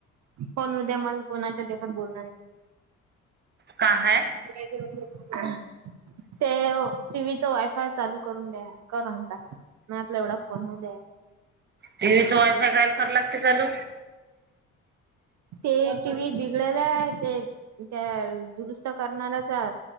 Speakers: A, on the right (about 65°); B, on the right (about 35°).
A: फोण उद्या मला कोणा पण कोण उद्या मग कोणाच्या देखात बोलनंई.
B: का हाय?
A: <inaudible> तेव टीव्हीच वायफाय चालू करून द्या, करून टाक म आपल्या एवढ‌ं फोन मध्ये आहे.
B: टीव्हीचा वायफाय कह्याला करायला लागते चालू.?
A: ते टी व्ही बिगडल आहे, ते त्या दुरुस्त करणा्याचा